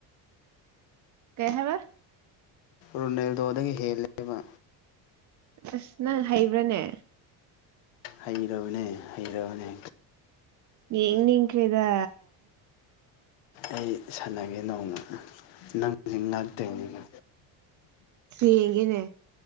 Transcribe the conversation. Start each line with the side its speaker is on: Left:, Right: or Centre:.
Right: ꯀꯩ ꯍꯥꯏꯕ
Left: ꯔꯣꯅꯦꯜꯗꯣꯗꯒꯤ ꯍꯦꯜꯂꯦꯕ
Right: ꯑꯁ ꯅꯪ ꯍꯩꯕ꯭ꯔꯅꯦ
Left: ꯍꯩꯔꯕꯅꯦ ꯍꯩꯔꯕꯅꯦ
Right: ꯌꯦꯡꯅꯤꯡꯈ꯭ꯔꯦꯗ
Left: ꯑꯩ ꯁꯥꯟꯅꯒꯦ ꯅꯣꯡꯃ ꯅꯪ ꯉꯥꯛꯇꯣꯏꯅꯤ
Right: ꯌꯦꯡꯒꯦꯅꯦ